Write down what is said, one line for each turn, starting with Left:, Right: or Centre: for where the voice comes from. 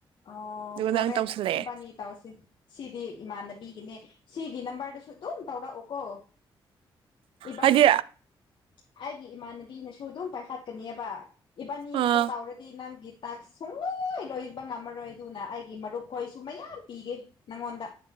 Left: ꯑꯣ
Right: ꯑꯗꯨꯒ ꯅꯪ
Left: ꯍꯣꯔꯦꯟ
Right: ꯇꯧꯁꯜꯂꯛꯑꯦ
Left: ꯏꯕꯥꯅꯤ ꯇꯥꯎꯁꯤ ꯁꯤꯗꯤ ꯏꯃꯥꯟꯅꯕꯤꯒꯤꯅꯦ ꯁꯤꯒꯤ ꯅꯝꯕꯔꯗꯁꯨ ꯑꯗꯨꯝ ꯇꯧꯔꯛꯑꯣ ꯑꯣ ꯏꯕꯥꯅꯤ
Right: ꯍꯥꯏꯗꯤ
Left: ꯍꯥ ꯑꯩꯒꯤ ꯏꯃꯥꯟꯅꯕꯤꯅꯁꯨ ꯑꯗꯨꯝ ꯄꯥꯏꯈꯠꯀꯅꯤꯕ ꯏꯕꯥꯅꯤ
Right: ꯑꯥ
Left: ꯈꯛꯇ ꯇꯧꯔꯗꯤ ꯅꯪꯒꯤ ꯇꯥꯛ ꯁꯨꯡꯂꯣꯏ ꯂꯣꯏꯕ ꯉꯝꯃꯔꯣꯏ ꯑꯗꯨꯅ ꯑꯩꯒꯤ ꯃꯔꯨꯞꯈꯣꯏꯁꯨ ꯃꯌꯥꯝ ꯄꯤꯒꯦ ꯅꯪꯉꯣꯟꯗ